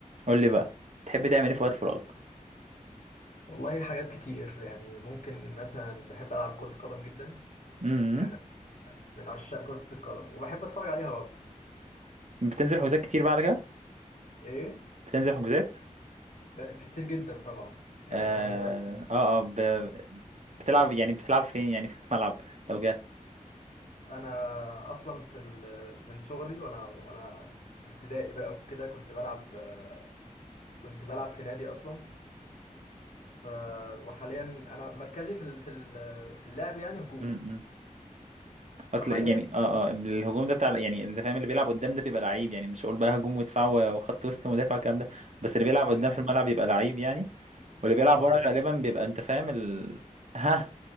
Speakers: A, on the right; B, on the left.
A: قول لي بقى تحب تعمل ايه في وقت فراغك
B: والله حاجات كتير يعني ممكن مثلا بحب ألعب كرة قدم جدا
A: امم
B: يعني من عشاق كرة القدم وبحب أتفرج عليها برضه
A: بتنزل حجوزات كتير بقى على كده
B: إيه
A: بتنزل حجوزات
B: ب- كتير جدا طبعا يعني
A: اه
B: أنا من زمان
A: اه, آه ب... بتلعب يعني بتلعب فين يعني في الملعب لو جه
B: أنا أصلا في ال... من صغري وأنا وأنا في ابتدائي بقى وكده كنت بلعب آه، كنت بلعب في نادي أصلا ف... وحاليا أنا مركزي في ال... في ال... في اللعب يعني هجوم
A: امم اصل
B: وحاليا
A: يعني اه اه الهجوم ده بتاع يعني اللي فاهم اللي بيلعب قدام ده بيبقى لعيب يعني مش هقول بقى هجوم ودفاع و- وخط وسط ومدافع والكلام ده بس اللي بيلعب
B: <laughs>
A: قدام في الملعب بيبقى لعيب يعني واللي بيلعب
B: آه،
A: ورا غالبا بيبقى انت فاهم ال... ها